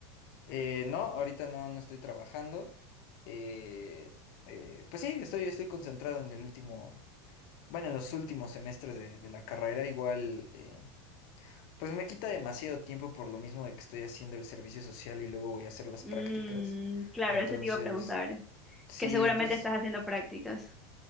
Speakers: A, on the left; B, in the centre.
A: Eh, no, ahorita no, no estoy trabajando. Eh, eh, pues sí, estoy, estoy concentrado en el último, bueno, en los últimos semestres de, de la carrera. Igual, eh, pues me quita demasiado tiempo por lo mismo de que estoy haciendo el servicio social y luego voy a hacer las
B: Mm,
A: prácticas.
B: claro,
A: Entonces,
B: eso te iba a preguntar,
A: sí,
B: que seguramente
A: entonces...
B: estás haciendo prácticas.